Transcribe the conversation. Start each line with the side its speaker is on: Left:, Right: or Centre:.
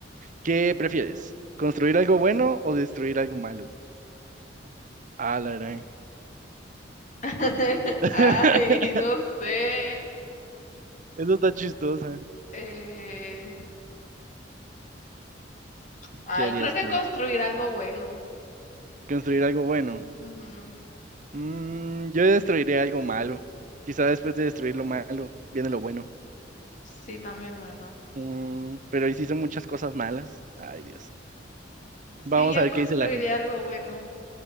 Right: ¿qué prefieres? ¿Construir algo bueno o destruir algo malo? Ah, la gran.
Left: <laughs>
Right: <laughs>
Left: Ay, no sé.
Right: Eso está chistosa.
Left: Eh, ay,
Right: ¿Qué harías
Left: creo que
Right: tú?
Left: construir algo bueno.
Right: ¿Construir algo bueno?
Left: Ujú.
Right: Mm, yo destruiré algo malo. Quizá después de destruir lo malo, viene lo bueno.
Left: Sí, también, ¿verdad?
Right: Mm, pero hiciste muchas cosas malas. Ay, Dios.
Left: Sí,
Right: Vamos
Left: yo
Right: a ver
Left: construiría
Right: qué dice la gente.
Left: algo bueno.